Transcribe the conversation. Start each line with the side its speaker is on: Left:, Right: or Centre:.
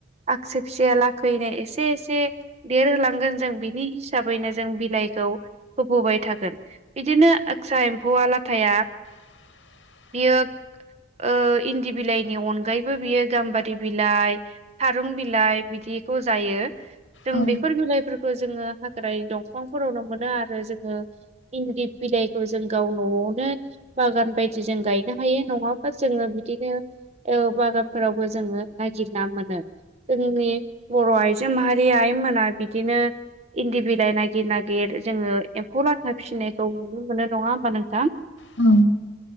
Right: आगस फिसाया लाखैनो एसे एसे देरहोलांगोन जों बिनि हिसाबैनो जों बिलाइ खौ होबोबाय थागोन बिदिनो आक्सा एम्फौआ लाथाया
Left: <inaudible>
Right: बियो ओ इन्दि बिलाइनि अनगायैबो बियो गाम्बारि बिलाइ थारुं बिलाइ बिदि बिखौ जायो जों
Left: औ
Right: बेफोर बिलाइफोरखौ जोंओ हा निफ्राय दंफांफोरावनो मोनो आरो जोंङो इन्दि बिलाइखौ जों गाव नआवनो बागान बायदि जों गायनो हायो नङाबा जोंङो बिदिनो ओ बागानफोरावबो जोंङो नागिरना मोनो। जोंनि बर आइजो माहारि आइमोना बिदिनो इन्दि बिलाइ नागिर नागिर जोंङो एम्फौ लाथा फिसिनायखौ नुनो मोनो नंङा होमबा नोंथां
Left: औ